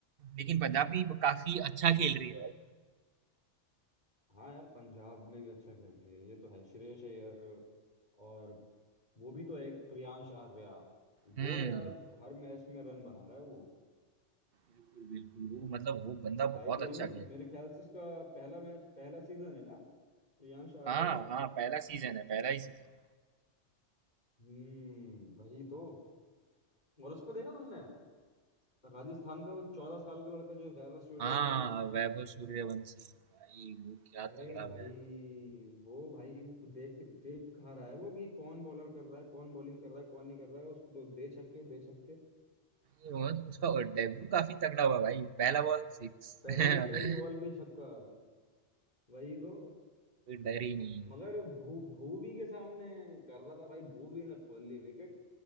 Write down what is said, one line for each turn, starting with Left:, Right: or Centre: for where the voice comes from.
Right: लेकिन पंजाब भी काफी अच्छा खेल रही है भाई
Left: हाँ यार पंजाब में भी अच्छा खेल रही है ये तो है श्रेयस अय्यर और वो भी तो एक प्रियांश आर्या
Right: हम्म
Left: वो यार हर मैच में रन बना रहा है वो
Right: बिल्कुल बिल्कुल वो मतलब वो बंदा
Left: आईपीएल
Right: बहुत अच्छा
Left: में
Right: खेल रहा
Left: मेरे
Right: है
Left: ख्याल से उसका पहला मैच पहला सीजन है ना प्रियांश आर्या
Right: हाँ
Left: का
Right: हाँ पहला सीजन है पहला ही सीजन है।
Left: हम्म वही तो और उसको देखा तुमने राजस्थान का वो चौदह साल का लड़का जो है वैभव सूर्यवंशी
Right: हाँ वैभव सूर्यवंशी भाई वो क्या
Left: अरे
Right: तगड़ा
Left: भाई
Right: हुआ है
Left: वो भाई वो देख देख कहाँ रहा है वो कि कौन बॉलर कर रहा है कौन बॉलिंग कर रहा है कौन नहीं कर रहा है उसको तो दे छक्के दे छक्के
Right: भाई, वो- तो उसका डेब्यू काफी तगड़ा हुआ भाई पहला बॉल सिक्स
Left: पहले
Right: <laughs>
Left: पहली
Right: कोई
Left: बॉल पे ही छक्का व- वही तो
Right: डर ही नहीं है
Left: मगर भू भूवी के सामने कर रहा था भाई भूवी ने खोल ली विकेट